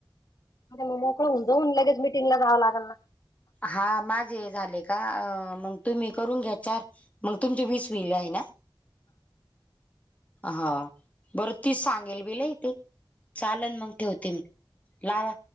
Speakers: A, on the left; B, on the left.
A: अरे मग मोकळून जाऊन लगेच मीटिंग ला जावं लागेल ना
B: हा माझे झाले का मग तुम्ही करून घ्या चार मग तुमची वीस वल आहे ना हा बरं ती सांगेल बिल इ तेे चालन मग ठेवते मी लावा